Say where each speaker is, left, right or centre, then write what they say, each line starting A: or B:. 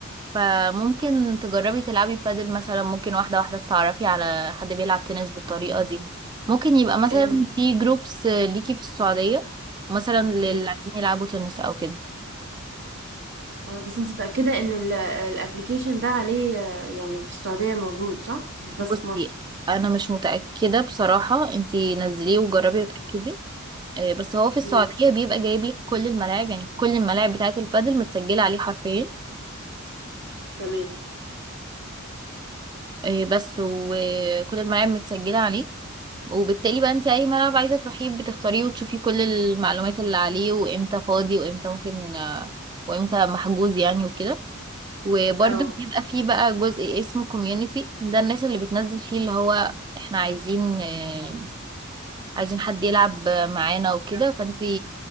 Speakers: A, on the right (about 20°); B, on the right (about 55°).
A: فممكن تجربي تلعبي بادل مثلا ممكن واحدة واحدة تتعرفي على حد بيلعب تنس بالطريقة دي ممكن يبقى مثلا
B: ال...
A: في جروبس ليكي في السعودية مثلا للي
B: ماشي
A: عايزين يلعبوا تنس أو كده
B: اه بس انت متأكدة ان الابليكيشن ده عليه آه، يعني في السعودية موجود صح مش بس
A: بصي
B: في مصر
A: أنا مش متأكدة بصراحة انتي نزليه وجربي وتأكدي آه، بس هو في السعودية
B: ماشي
A: بيبقى جايب لك كل الملاعب يعني كل الملاعب بتاعة البادل متسجلة عليه حرفيا
B: تمام
A: وبس وكل الملاعب متسجلة عليه وبالتالي بقى انت اي ملعب عايزه تروحيه بتختاريه وتشوفي كل المعلومات اللي عليه وامتى فاضي وامتى ممكن آه، وامتى محجوز يعني وكده وبرده
B: اه
A: بيبقى فيه بقى جزء اسمه كوميونيتي ده الناس اللي بتنزل فيه اللي هو احنا عايزين آه، عايزين حد يلعب معانا وكده فانت